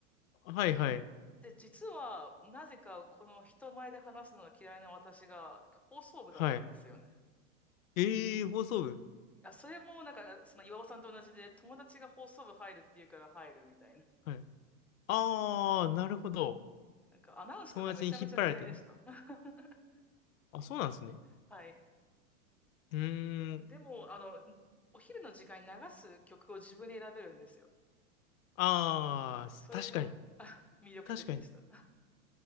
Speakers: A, on the left (about 75°); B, in the centre.
A: はい、はい。
B: で、実は、なぜか、この人前で話すのが嫌いな私が、放送部だったんですよね。
A: はい。ええー放送部。
B: あ、それも、なんか、その岩尾さんと同じで、友達が放送部入るっていうから入るみたいな。
A: はい。ああ、なるほど。
B: なんかアナウンスとかめちゃめちゃ嫌いでした。
A: 友達に引っ張られてね。
B: <laughs>
A: あ、そうなんですね。
B: はい。
A: うーん。
B: でも、あの、お昼の時間に流す曲を自分で選べるんですよ。
A: ああ、
B: それが
A: 確かに。
B: 魅力的でした。
A: 確かに。
B: <laughs>